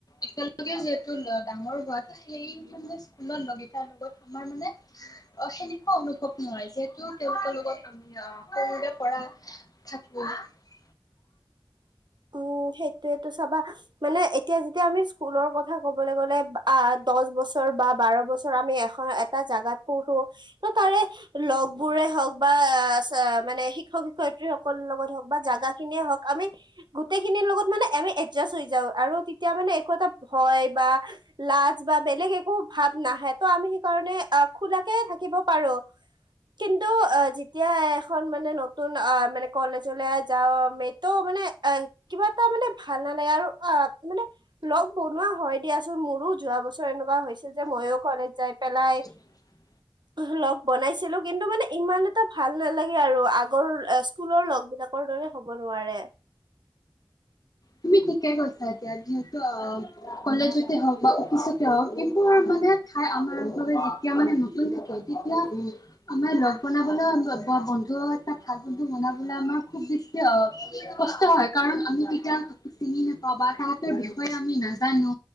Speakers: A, on the left; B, on the right.
A: একেলগে যিহেতু ডাঙৰ হোৱাত সেই মানে স্কুলত লগকেইটাৰ লগত আমাৰ মানে অ', সেনেকুৱা অনুভৱ নহয় যিহেতু, তেওঁলোকৰ লগত আমি আহ সৰুৰে পৰা <unintelligible>
B: <unintelligible> উম, সেইটোয়েতো চাবা। মানে এতিয়া যেতিয়া আমি স্কুলৰ কথা ক'বলৈ গ'লে আ দহ বছৰ বা বাৰ বছৰ আমি এখন এটা জাগাত পঢ়ো ত' তাৰে লগ বোৰে হওক বা আ মানে শিক্ষক শিক্ষক-শিক্ষয়ত্ৰী সকলৰ লগত হওঁক বা জেগা খিনিয়ে হওঁক আমি গোটেইখিনিৰ লগত মানে আমি এডজাষ্ট হৈ যাওঁ, আৰু তেতিয়া মানে একো এটা হয় বা লাজ বা বেলেগ একো ভাৱ নাহে, ত' আমি সেইকাৰণে আহ খোলাকে থাকিব পাৰো। কিন্তু আহ যেতিয়া <unintelligible> খন মানে নতুন আহ মানে কলেজলে যাম <unintelligible> মানে কিবা এটা মানে ভাল নালাগে, আৰু আহ মানে লগ বনোৱা হয় দিয়াচোন মোৰো, যোৱা বছৰ এনেকুৱা হৈছিল যে ময়ো কলেজ যাই পেলাই
A: <inaudible>
B: <unintelligible> লগ বনাইছিলো, কিন্তু মানে ইমান এটা ভাল নালাগে আৰু আগৰ স্কুলৰ লগ বিলাক লগৰ দৰে হ'ব নোৱাৰে।
A: তুমি ঠিকেই কৈছা এতিয়া যিহেতু আহ কলেজ <unintelligible> অফিচত এ এইবোৰৰ মানে ঠাই আমাৰ বাবে যেতিয়া মানে নতুন থাকে তেতিয়া আমাৰ লগ বনাবলে ব-বন্ধু ভাল বন্ধু বনাবলে‌ আমাক খুব বেছি <unintelligible> কষ্ট হয়, কাৰণ আমি তেতিয়া চিনি নাপাওঁ বা তাহতৰ বিষয়ে আমি নাজানো।